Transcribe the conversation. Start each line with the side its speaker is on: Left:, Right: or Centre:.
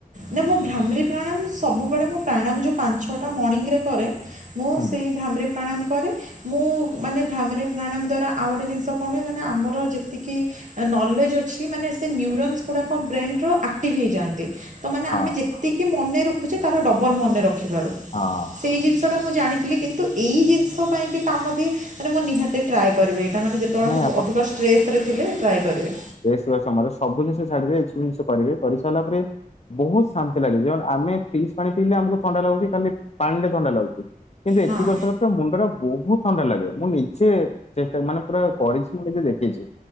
Right: ନା, ମୁଁ ଭ୍ରାମିରୀ ପ୍ରାଣୟାମ ସବୁବେଳେ ମୁଁ ପ୍ରାଣୟାମ ଯୋଉ ପାଞ୍ଚ ଛଅଟା ମର୍ଣ୍ଣିଙ୍ଗରେ କରେ। ମୁଁ
Left: ହୁଁ
Right: ସେଇ ଭ୍ରାମିରୀ ପ୍ରାଣାୟାମ କରେ। ମୁଁ ମାନେ ଭ୍ରାମୀରି ପ୍ରାଣାୟାମ ଦ୍ଵାରା ଆଉ ଗୋଟେ ଜିନିଷ କଣ ହୁଏ, ମାନେ ଆମର ଯେତିକି ନଲେଜ୍ ଅଛି। ମାନେ ସେ ନ୍ୟୁରୋନ୍ସ ଗୁଡ଼ାକ ବ୍ରେନ୍ରର ଆକ୍ଟିଭ୍ ହେଇଯାଆନ୍ତି। ତ ମାନେ ଆମେ
Left: ହଁ
Right: ଯେତିକି ମନେ ରଖୁଛେ। ତାର ଡବଲ୍ ମନେ ରଖିବାର।
Left: ହଁ।
Right: ସେଇ ଜିନିଷଟା ମୁଁ ଜାଣିଥିଲି। କିନ୍ତୁ ଏଇ ଜିନିଷ ପାଇଁ ବି କାମ ଦିଏ। ମାନେ ମୁଁ ନିହାତି ଟ୍ରାଏ କରିବି। ଏଇଟା ମାନେ ଯେତେବେଳେ
Left: ନାଇଁ
Right: ମୁଁ ଅଧିକ ଷ୍ଟ୍ରେସ୍ରରେ ଥିଲି ଟ୍ରାଏ କରିବି।
Left: ଷ୍ଟ୍ରେସ୍ରରେ ଥିବା ସମୟରେ ସବୁ ଜିନିଷ ଛାଡିବେ। ଏବୁ ଜିନିଷ କରିବେ, କରିସାରିଲା ପରେ ବହୁତ ଶାନ୍ତି ଲାଗିବ। ଆମେ ଫ୍ରିଜ୍ ପାଣି ପିଇଲେ ଆମକୁ ଥଣ୍ଡା ଲାଗୁଛି। ଖାଲି ପାଣିରେ ଥଣ୍ଡା ଲାଗୁଛି। କିନ୍ତୁ ଏତିକି
Right: ହଁ
Left: କରିସାରିଲା ପରେ ମୁଣ୍ଡ ଟା ବହୁତ ଥଣ୍ଡା ଲାଗେ। ମୁଁ ନିଜେ ଚେଷ୍ଟା, ମାନେ ପୁରା କରିଛି ମୁଁ ନିଜେ ଦେଖିଛି।